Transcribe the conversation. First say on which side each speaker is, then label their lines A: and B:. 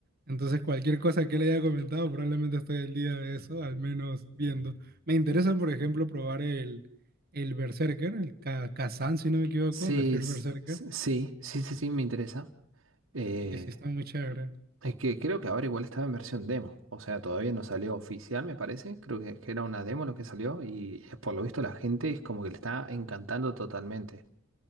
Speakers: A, on the right; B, on the right.
A: Entonces, cualquier cosa que le haya comentado, probablemente estoy al día de eso, al menos viendo. Me interesa, por ejemplo, probar el, el Berserker, el Ka- Kazan, si no me equivoco,
B: Sí,
A: The First
B: s-
A: Berserker.
B: s- sí, sí, sí, sí, me interesa. Eh,
A: Sí, sí, está muy chévere.
B: es que creo que ahora igual estaba en versión demo, o sea, todavía no salió oficial, me parece. Creo que, que era una demo lo que salió y eh, por lo visto la gente es como que le está encantando totalmente.